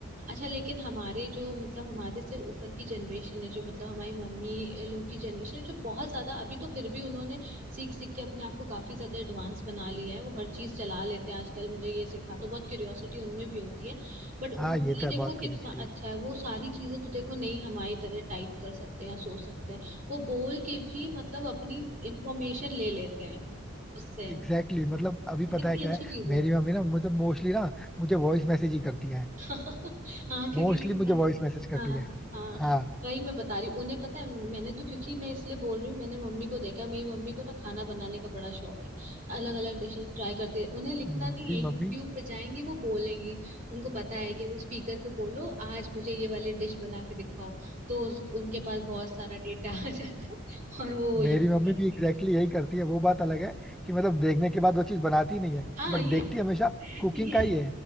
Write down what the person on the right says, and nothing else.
अच्छा लेकिन हमारे जो मतलब हमारे से ऊपर की जनरेशन है जो मतलब हमारी मम्मी लोग की जनरेशन है जो बहुत ज्यादा अभी तो फिर भी उन्होंने सीख सीख के अपने आप को काफी ज्यादा एडवांस बना लिया है वो हर चीज चला लेते हैं आजकल मुझे ये सिखा दो बहुत क्यूरियोसिटी उनमें भी होती है बट उनके
लिए
देखो
कितना अच्छा
है वो सारी चीजें तो देखो नहीं हमारी तरह टाइप कर सकते हैं या सोच सकते हैं वो बोल के भी मतलब अपनी इंफॉर्मेशन ले लेते हैं उससे
ये
कितनी
अच्छी
चीज है
<laughs> हाँ क्योंकि
लिखना
ना
पड़े।
हाँ
हाँ
वही मैं बता रही हूँ उन्हें पता है मैंने तो क्योंकि मैं इसलिए बोल रही हूँ मैंने मम्मी को देखा मेरी मम्मी को ना खाना बनाने का बड़ा शौक है अलग अलग डिशेस ट्राई करती है उन्हें लिखना
नहीं है यूट्यूब
पे जाएंगी वो बोलेंगी उनको पता है कि वो स्पीकर पे बोलो आज मुझे ये वाली डिश बना के दिखाओ तो उस- उनके पास बहुत सारा डेटा आ जाता है <laughs> और वो यूज
करती
है
हाँ
ये
ये